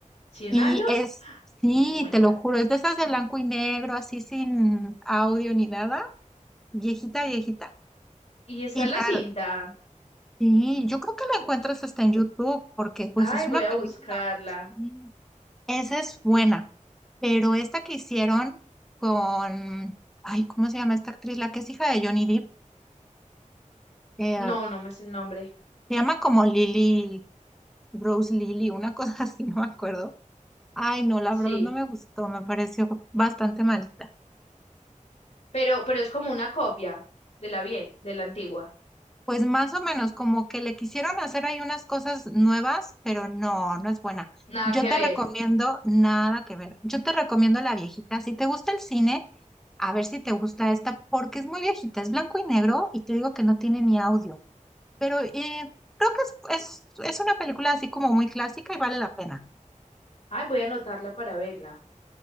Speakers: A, on the left (about 50°); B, in the centre.
A: ¿Cien
B: Y
A: años?
B: es, sí,
A: Oh my
B: te
A: God.
B: lo juro, es de esas de blanco y negro, así sin audio ni nada, viejita, viejita.
A: Y está
B: Y
A: la
B: la
A: cinta.
B: Sí, yo creo que la encuentras hasta en YouTube, porque pues
A: Ay,
B: es
A: voy
B: una
A: a
B: película.
A: buscarla.
B: sí, Esa es buena, pero esta que hicieron con, ay, ¿cómo se llama esta actriz? La que es hija de Johnny Depp, eh,
A: No, no me es el nombre.
B: se llama como Lily, Rose Lily, una cosa <laughs> así, no me acuerdo. Ay, no, la
A: Sí,
B: verdad no me gustó, me pareció bastante malita.
A: pero, pero es como una copia de la vie- de la antigua.
B: Pues más o menos, como que le quisieron hacer ahí unas cosas nuevas, pero no, no es buena.
A: Nada
B: Yo
A: que
B: te
A: ver.
B: recomiendo nada que ver. Yo te recomiendo la viejita. Si te gusta el cine, a ver si te gusta esta, porque es muy viejita, es blanco y negro y te digo que no tiene ni audio. Pero eh, creo que es, es, es una película así como muy clásica y vale la pena.
A: Ay, voy a anotarla para verla.